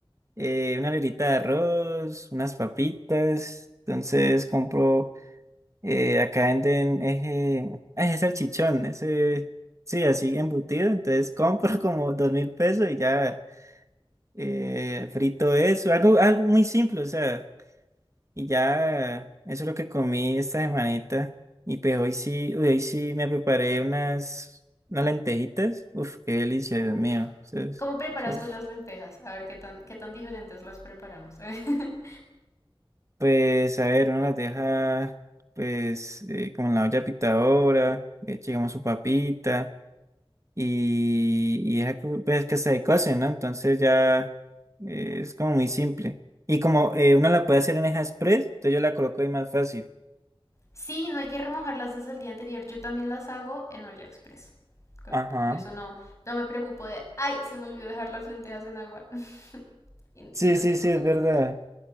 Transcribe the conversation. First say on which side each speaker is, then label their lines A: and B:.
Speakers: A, on the right (about 30°); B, on the left (about 30°).
A: eh, una librita de arroz, unas papitas. Entonces compro, eh, acá venden ese, ese salchichón, ese, sí, así embutido. Entonces compro <laughs> como dos mil pesos y ya eh, frito eso, algo, algo muy simple, o sea, y ya eso es lo que comí esta semanita. Y pues hoy sí, uy, hoy sí me preparé unas, unas lentejitas. Uf, qué delicia,
B: Uf.
A: Dios mío. Eso es-
B: ¿Cómo preparas
A: eso es
B: tú las lentejas? A ver qué tan, qué tan diferentes las preparamos. <laughs>
A: Pues, a ver, uno las deja, pues, eh, como en la olla pitadora, le echa, digamos, su papita y, y deja que, pues, que se cocen, ¿no? Entonces ya eh, es como muy simple. Y como eh, uno la puede hacer en Eja Express, entonces yo la coloco ahí más fácil.
B: Sí, no hay que remojarlas desde el día anterior. Yo también las hago en olla express. Co-
A: Ajá.
B: Con, eso no, no me preocupo de, ay, se me olvidó dejar las lentejas en agua <laughs> y,
A: Sí,
B: y no
A: sí,
B: tengo
A: sí,
B: con
A: es
B: qué
A: verdad.
B: comer.